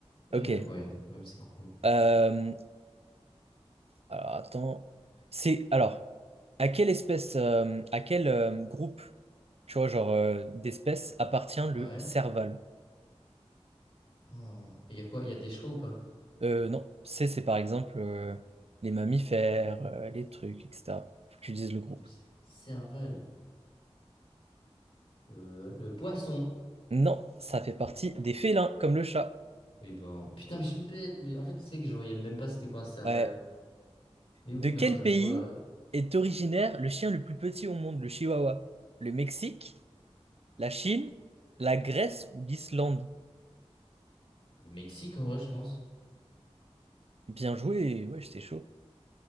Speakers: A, on the left; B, on the right.
A: Eh,
B: Ok.
A: ouais, quand même, c'est gros.
B: Euh, alors attends. C'est alors. À quelle espèce, euh, à quel euh, groupe, tu vois, genre euh, d'espèces appartient le
A: Ouais.
B: serval?
A: Oh. Et Y a quoi? Y a des choix ou pas?
B: Euh, non, c'est c'est par exemple euh, les mammifères, euh, les trucs, etc. Faut que tu dises le groupe.
A: Le c- Cervelle. Euh, le poisson.
B: Non, ça fait partie des félins, comme le chat.
A: Oui, bon. Putain, mais je suis bête, mais en fait, tu sais que je voyais même pas c'était quoi un cervelle.
B: Ouais.
A: Mais oui,
B: De
A: maintenant
B: quel
A: je vois
B: pays
A: euh,
B: est originaire le chien le plus petit au monde, le chihuahua? Le Mexique, la Chine, la Grèce ou l'Islande?
A: le Mexique en vrai, je pense.
B: Bien joué, ouais, j'étais chaud.